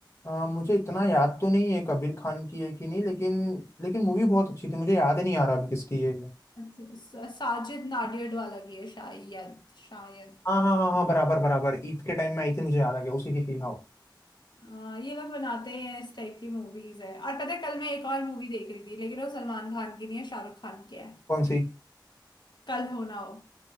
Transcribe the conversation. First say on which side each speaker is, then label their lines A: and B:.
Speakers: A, on the left (about 35°); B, on the left (about 65°).
A: अ, मुझे इतना याद तो नहीं है कबीर खान की है कि नहीं लेकिन लेकिन मूवी बहुत अच्छी थी मुझे याद ही नहीं आ रहा अभी किसकी है ये। है।
B: अच्छा, स- साजिद नाडियाड वाला की है शायद शायद
A: हाँ हाँ हाँ हाँ बराबर बराबर ईद के टाइम में आई थी मुझे याद आ गया उसी की थी हाँ
B: आ, ये लोग बनाते हैं इस टाइप की मूवीज है और पता है कल मैं एक और मूवी देख रही थी लेकिन वो सलमान खान की नहीं है शाहरुख खान की है
A: कौन सी
B: कल हो ना हो